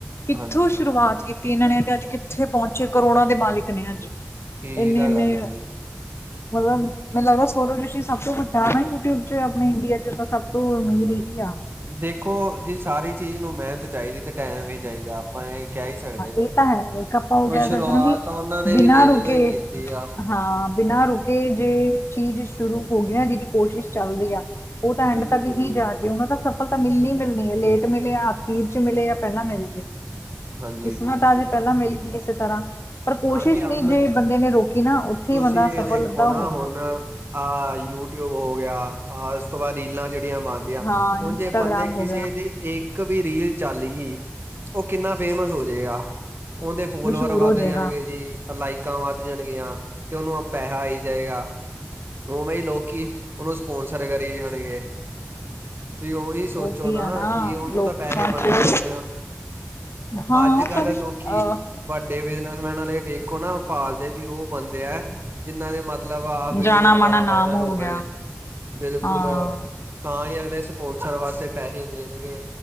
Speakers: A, on the left (about 75°); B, on the right (about 60°).
A: ਕਿੱਥੋਂ
B: ਹਾਂਜੀ
A: ਸ਼ੁਰੂਆਤ ਕੀਤੀ ਇਹਨਾਂ ਨੇ ਤੇ ਅੱਜ ਕਿੱਥੇ ਪਹੁੰਚੇ ਕਰੋੜਾਂ ਦੇ ਮਾਲਿਕ ਨੇ ਅੱਜ
B: ਇਹੀ
A: ਇੰਨੇ
B: ਤਾਂ
A: ਇੰਨੇ
B: ਗੱਲ ਹੈ ਜੀ।
A: ਮਤਲਬ ਮੈਨੂੰ ਲੱਗਦਾ ਸੌਰਭ ਜੋਸ਼ੀ ਸਭ ਤੋਂ ਵੱਡਾ ਨਾ ਯੂਟਿਊਬ ਚ ਆਪਣੇ ਇੰਡੀਆ ਚ ਤਾਂ ਸਭ ਤੋਂ ਅਮੀਰ ਇਹੀ ਆ
B: ਦੇਖੋ ਜੀ ਸਾਰੀ ਚੀਜ਼ ਨੂੰ ਮਿਹਨਤ ਚਾਹੀਦੀ ਤੇ ਟਾਈਮ ਵੀ ਚਾਹੀਦਾ। ਆਪਾਂ ਇਹ ਕਹਿ ਹੀ ਸਕਦੇ ਹਾਂ
A: ਇਹ ਤਾਂ ਹੈ ਇੱਕ ਆਪਾਂ
B: ਉਹ
A: ਕਹਿ
B: ਸ਼ੁਰੂਆਤ
A: ਸਕਦੇ ਨਾ ਵੀ
B: ਉਹਨਾਂ ਨੇ
A: ਬਿਨਾਂ
B: ਵੀ ਨਿੱਲ
A: ਰੁਕੇ
B: ਤੋਂ ਈ ਕੀਤੀ ਆ।
A: ਹਾਂ ਬਿਨਾਂ ਰੁਕੇ ਜੇ ਚੀਜ਼ ਸ਼ੁਰੂ ਹੋ ਗਈ ਨਾ ਜਿਹਦੀ ਕੋਸ਼ਿਸ਼ ਚੱਲ ਰਹੀ ਆ। ਉਹ ਤਾਂ ਐਂਡ
B: ਬਿਲਕੁਲ
A: ਤੱਕ ਹੀ
B: ਬਿਲਕੁਲ
A: ਜਾ ਕੇ ਉਹਨਾਂ ਦਾ ਸ ਸਫਲਤਾਂ ਮਿਲਣੀ ਮਿਲਣੀ ਐ ਲੇਟ ਮਿਲੇ ਅਖੀਰ ਚ ਮਿਲੇ ਜਾਂ ਪਹਿਲਾਂ ਮਿਲ ਜੇ।
B: ਹਾਂਜੀ
A: ਕਿਸਮਤ ਆਜੇ ਪਹਿਲਾਂ ਮਿਲਗੀ ਕਿਸੇ ਤਰ੍ਹਾਂ ਪਰ ਕੋਸ਼ਿਸ਼
B: ਹਾਂਜੀ ਆ
A: ਨੀ
B: ਹੁਣ
A: ਜੇ ਬੰਦੇ ਨੇ ਰੋਕੀ ਨਾ ਉੱਥੇ
B: ਤੁਸੀਂ
A: ਹੀ ਬੰਦਾ
B: ਇਹ
A: ਸਫਲ
B: ਦੇਖੋ
A: ਅੱਧਾ
B: ਨਾ
A: ਹੋ
B: ਹੁਣ
A: ਗਿਆ।
B: ਆਹ ਯੂਟਿਊਬ ਹੋ ਗਿਆ ਆ ਉਸ ਤੋਂ ਬਾਅਦ ਰੀਲਾਂ ਜਿਹੜੀਆਂ ਬਣ
A: ਹਾਂ
B: ਹੁਣ
A: ਇੰਸਟਾਗ੍ਰਾਮ
B: ਜੇ ਬੰਦੇ ਕਿਸੇ
A: ਹੋ ਗਿਆ
B: ਦੀ ਇੱਕ ਵੀ ਰੀਲ ਚੱਲ ਗਈ, ਉਹ ਕਿੰਨਾ ਫੇਮਸ ਹੋ ਜਾਏਗਾ ਉਹਦੇ ਫੋਲੋਵਰ
A: ਮਸ਼ਹੂਰ
B: ਵ
A: ਹੋ ਜਾਏਗਾ
B: ਜੀ ਅਲਾਇਕਾਂ ਵੱਧ ਜਾਣਗੀਆਂ ਤੇ ਉਹਨੂੰ ਪੈਸਾ ਆਈ ਜਾਏਗਾ। ਉਵੇਂ ਹੀ ਲੋਕੀ, ਉਹਨੂੰ ਸਪੋਂਸਰ ਕਰੀ ਜਾਣਗੇ, ਤੇ ਉਹੀ ਸੋਚੋ
A: ਉਹ ਵੀ
B: ਨਾ
A: ਆ
B: ਕਿ ਉਹਨੂੰ
A: ਲੋਕਾਂ
B: ਤਾਂ ਪੈਸੇ
A: ਚ
B: ਬਣੇ ਹੀ ਜਾਣੇ ਆ।
A: ਹਾਂ
B: ਅੱਜ ਕੱਲ੍ਹ
A: ਪਰ
B: ਲੋਕੀ
A: ਅ
B: ਵੱਡੇ ਬਿਜਨਸਮੈਨ ਵਾਲੇ ਵੇਖੋ ਨਾ ਪਾਲਦੇ ਵੀ ਉਹ ਬੰਦੇ ਐ ਜਿਹਨਾਂ ਦੇ ਮ ਮਤਲਬ ਆ ਵੀਡੀਓ
A: ਜਾਣਾ ਮਾਣਾ
B: ਵਗੈਰਾ ਵਾਇਰਲ
A: ਨਾਮ
B: ਹੋ ਗਏ,
A: ਗਿਆ
B: ਬਿਲਕੁਲ
A: ਹਾਂ,
B: ਤਾਂ ਹੀ ਅਗਲੇ ਸਪੋਂਸਰ ਵਾਸਤੇ ਪੈਸੇ ਦੇਣਗੇ।